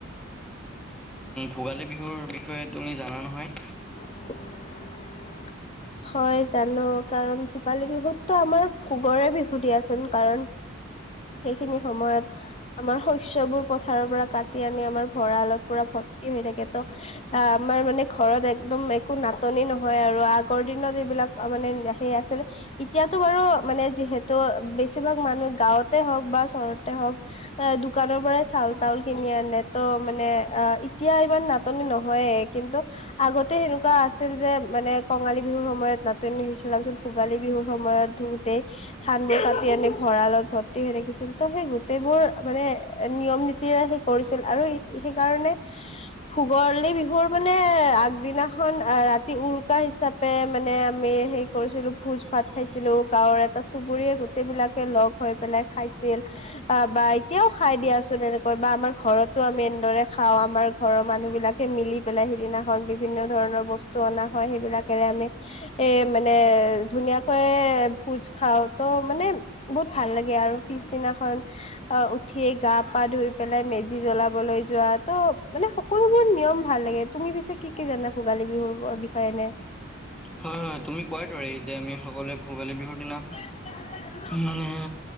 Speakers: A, in the centre; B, on the left.
A: ভোগালী বিহুৰ বিষয়ে তুমি জানা নহয়?
B: <unintelligible> হয় জানো, কাৰণ ভোগালী বিহুতো আমাৰ ভোগৰে বিহু দিয়াচোন। কাৰণ সেইখিনি সময়ত আমাৰ শস্যবোৰ পথাৰৰ পৰা কাটি আনি আমাৰ ভঁৰালত পুৰা ভৰ্তি হৈ থাকে। ত আহ আমাৰ মানে ঘৰত একদম একো নাটনি নহয় আৰু, আগৰ দিনত এইবিলাক মানে সেই আছিল। এতিয়াতো বাৰু মানে যিহেতু বেছিভাগ মানুহ গাঁওঁতে হওঁক বা চহৰতে হওঁক অ' দোকানৰ পৰাই চাউল তাউল কিনি আনে তো মানে অ' এতিয়া ইমান নাটনি নহয়। হয়ে কিন্তু আগতে সেনেকুৱা আছিল যে মানে কঙালী বিহুৰ সময়ত নাটনি হৈছিল, তাৰপিছত ভোগালী বিহুৰ সময়ত ধোওঁতে ধান বোৰ কাটি আনি ভঁৰালত ভৰ্তি হৈ থাকিছিল, তো সেই গোটেইবোৰ মানে নিয়ম নীতিৰে কৰিছিল, আৰু সেইকাৰণে ভোগৰ বিহুৰ মানে আগদিনাখন ৰাতি উৰুকা হিচাপে মানে আমি হেৰি কৰিছিলো। ভোজ ভাত খাইছিলো, গাঁৱৰ গোটেইবিলাকে লগ হৈ পেলাই খাইছিল। অ' বা এতিয়াও খাই দিয়াচোন এনেকৈ বা আমাৰ ঘৰতো আমি এনেদৰে খাও আমাৰ ঘৰৰ মানুহ বিলাক। মিলি পেলাই সিদিনাখন বিভিন্ন ধৰণৰ বস্তু অনা হয়, হেইবিলাকেৰে আমি এ মানে ধুনীয়াকৈ ভোজ খাওঁ, তো মানে বহুত ভাল লাগে আৰু, পিছদিনাখন অ' উঠি গা পা ধুই পেলাই মেজি জ্বলাবলৈ যোৱা তো মানে সকলোবোৰ নিয়ৰ ভাল লাগে। তুমি পিছে কি কি জানা ভোগালী বিহুৰ বিষয়ে এনে?
A: হয়, হয়, তুমি কোৱাৰ দৰে যে আমি সকলোৱে ভোগালী বিহুৰ দিনা
B: <unintelligible>
A: মানে